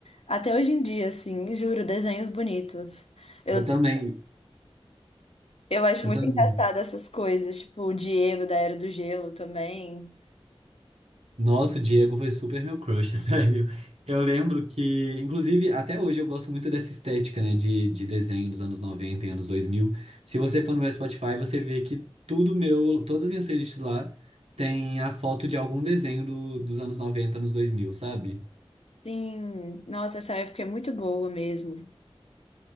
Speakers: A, on the left (about 75°); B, on the right (about 90°).
A: até hoje em dia, assim, juro, desenhos bonitos. Eu,
B: Eu também,
A: eu acho
B: eu
A: muito
B: também.
A: engraçado essas coisas, tipo o Diego da Era do Gelo também.
B: Nossa, o Diego foi super meu crush, <laughs> sério. Eu lembro que, inclusive, até hoje eu gosto muito dessa estética, né, de, de desenho dos anos 90, e anos 2000. Se você for no meu Spotify, você vê que tudo meu, todas as minhas playlists lá tem a foto de algum desenho do- dos anos 90, anos 2000, sabe?
A: Sim, nossa, essa época é muito boa mesmo.